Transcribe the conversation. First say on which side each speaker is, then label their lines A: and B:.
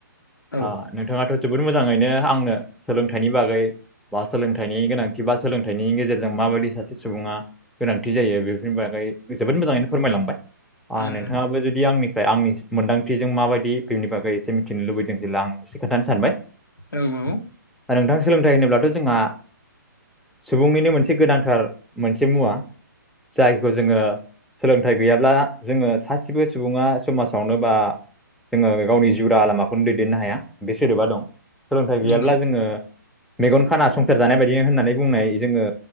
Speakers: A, on the left; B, in the centre.
A: औ
B: आ नोंथाङाथ' जोबोद मोजाङैनो आंनो सोलोंथाइनि बागै बा सोलोंथाइनि गोनांथि बा सोलोंथाइनि गेजेरजों माबायदि सासे सुबुङा गोनांथि जायो बेफोरनि बागै जोबोद मोजाङैनो फोरमायलांबाय आ
A: उम
B: नोंथाङाबो जुदि आंनिफ्राय आंनि मोनदां थिजों माबायदि बेनि बागै एसे मिथिनो लुबैदों जेब्ला आं एसे खोथानो सानबाय।
A: औ औ
B: नोंथां सोलोंथाइ होनोब्लाथ' जोंङा सुबुंनिनो मोनसे गोनांथार मोनसे मुवा जायखौ जोङो सोलोंथाइ गैयाब्ला जोङो सासेबो सुबुङा समाजावनो बा जोङो गावनि जिउ राहा लामाखौनो दैदेननो हाया बे सोदोबा दं। सोलोंथाइ गैयाब्ला
A: नंगौ
B: जोङो मेगन खाना संसार जानाय बायदि होननानै बुंनाय जोङो